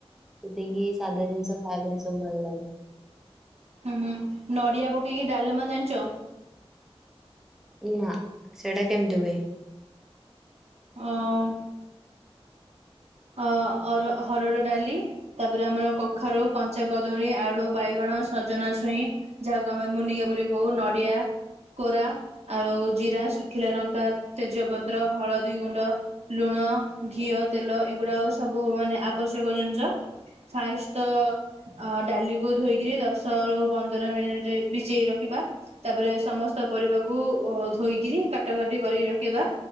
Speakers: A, in the centre; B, on the right (about 85°).
A: ସେତିକି ସାଧା ଜିନିଷ ଖାଇବା ପାଇଁ ସବୁ ଭଲ ଲାଗେ।
B: ହୁଁ ହୁଁ ନଡିଆ ପକେଇକି ଡାଲମା ଜାଣିଛ?
A: ନା ସେଇଟା କେମିତି ହୁଏ?
B: ହଁ। ଅ ଅର ହରଡ଼ ଡାଲି। ତାପରେ ଆମର କଖାରୁ କଞ୍ଚା କଦଳୀ ଆଳୁ ବାଇଗଣ ସଜନା ଛୁଇଁ। ଯାହାକୁ ଆମେ ମୁନିଗା ବୋଲି କହୁ ନଡିଆ କୋରା। ଆଉ ଜିରା ଶୁଖିଲା ଲଙ୍କା ତେଜପତ୍ର ହଳଦୀ ଗୁଣ୍ଡ। ଲୁଣ ଘିଅ ତେଲ ଏଗୁଡାକ ସବୁ ମାନେ ଆବଶ୍ୟକ ଜିନିଷ। ଫାର୍ଷ୍ଟ ତ ଆ ଡାଲିକୁ ଧୋଇକିରି ଦଶ ରୁ ପନ୍ଦର ମିନିଟ ଭିଜେଇ ରଖିବା। ତାପରେ ସମସ୍ତ ପରିବାକୁ ଉ ଧୋଇକିରି କାଟା କଟି କରି ରଖିବା।